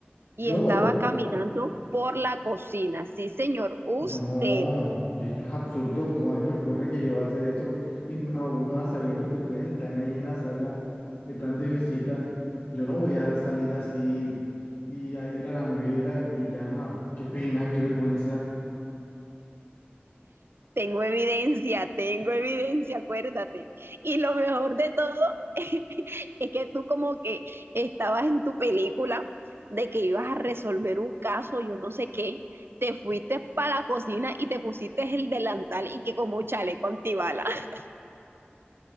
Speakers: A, on the right; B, on the left.
A: y
B: Yo,
A: estaba caminando por la cocina. Sí, señor, usted.
B: No, que esto es absurdo. ¿Cómo se te ocurre que yo voy a hacer eso? Y m- aún más sabiendo que ustedes están ahí en la sala, que están de visita, yo no voy a salir así y a ir a la nevera en pijama. Qué pena, qué vergüenza.
A: Tengo evidencia, tengo evidencia, acuérdate. Y lo mejor de todo <laughs> es que tú como que estabas en tu película de que ibas a resolver un caso, yo no sé qué, te fuiste para la cocina y te pusiste el delantal y que como un chaleco antibala. <laughs>